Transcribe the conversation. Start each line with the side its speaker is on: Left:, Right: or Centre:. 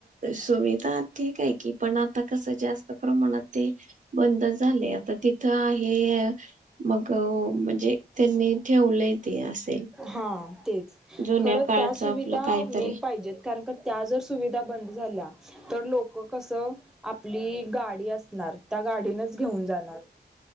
Right: सुविधा ठीक आहे की पण आता कसं जास्त प्रमाणात ते बंद झाले आता तिथं आहे. मग म्हणजे त्यांनी ठेवलं असेल.
Centre: हा तेच
Right: जुन्या
Centre: खरं
Right: काळचं
Centre: त्या सुविधा
Right: आपलं काहीतरी
Centre: मेन पाहिजेत. कारण का त्या जर सुविधा बंद झाल्या तर लोक कसं? आपली गाडी असणार त्या गाडीनच घेऊन जाणार.